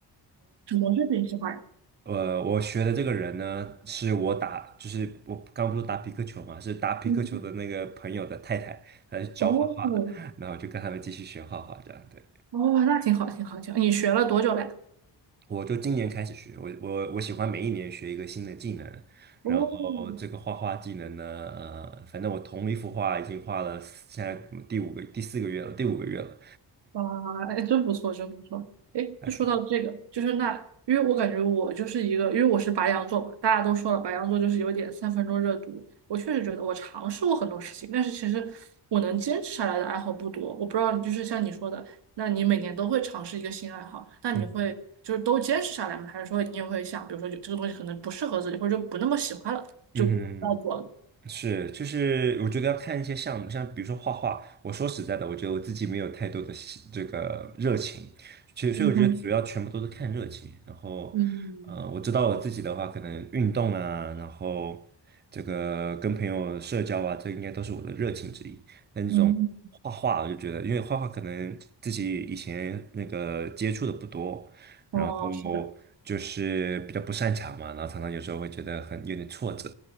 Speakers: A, on the right; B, on the right.
A: 什么是你喜欢呀？
B: 呃，我学的这个人呢，是我打，就是我刚不是打匹克球嘛，是打匹克球的那个朋友的太太，
A: 嗯，
B: 她是教画画的，
A: 哦，
B: 然后就跟他们继续学画画这样。对，
A: 哦，那挺好，挺好，挺好。你学了多久了呀？
B: 我就今年开始学，我我我喜欢每一年学一个新的技能，
A: 哦，
B: 然后这个画画技能呢，呃，反正我同一幅画已经画了，现在第五个第四个月了，第五个月了，
A: 哇，哎，真不错，真不错。哎，
B: 大概
A: 就说到这个，就是那，因为我感觉我就是一个，因为我是白羊座嘛，大家都说了，白羊座就是有点三分钟热度。我确实觉得我尝试过很多事情，但是其实我能坚持下来的爱好不多。我不知道，就是像你说的，那你每年都会尝试一个新爱好，那你会就是都坚持下来吗？
B: 嗯
A: 还是说你也会想，比如说有这个东西可能不适合自己，或者就不那么喜欢了，就不要做了？
B: 嗯哼是，就是我觉得要看一些项目，像比如说画画。我说实在的，我觉得我自己没有太多的喜这个热情，其实所以我觉得主要全部都是看热情。
A: 嗯哼，
B: 然后，
A: 嗯
B: 呃，我知道我自己的话，可能运动啊，然后这个跟朋友社交啊，这应该都是我的热情之一。但这种画画，
A: 嗯，
B: 我就觉得，因为画画可能自己以前那个接触的不多，
A: 哦，是的，
B: 后就是比较不擅长嘛，然后常常有时候会觉得很有点挫折，